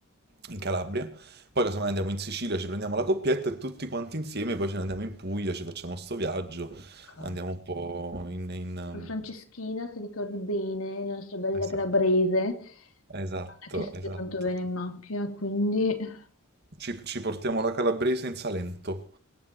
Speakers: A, on the right; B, on the left.
A: in Calabria, poi casomai andiamo in Sicilia, ci prendiamo la coppietta e tutti quanti insieme, poi ce ne andiamo in Puglia, ci facciamo sto viaggio,
B: Ok.
A: andiamo un po' in... in, um,
B: Poi Franceschina, se ricordi bene, la nostra bella
A: Esatto,
B: calabrese, non
A: esatto.
B: è che stia
A: esatto.
B: tanto bene in macchina, quindi eh,
A: Ci, ci portiamo la calabrese in Salento.